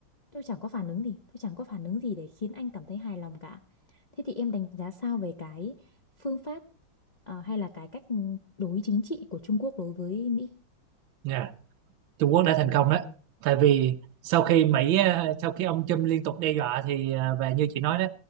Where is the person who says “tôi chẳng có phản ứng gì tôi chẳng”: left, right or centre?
Left